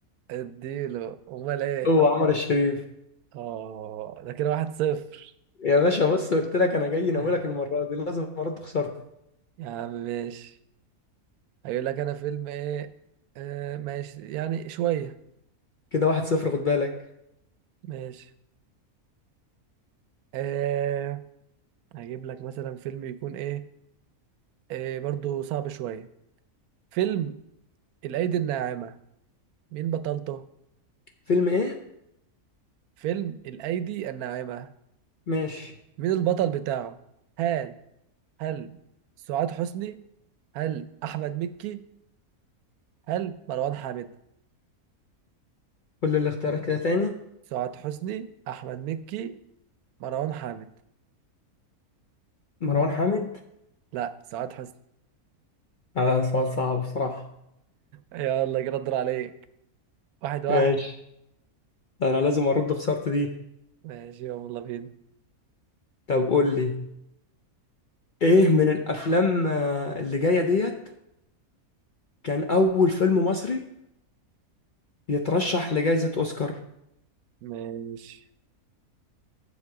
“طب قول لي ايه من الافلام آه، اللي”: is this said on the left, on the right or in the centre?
Left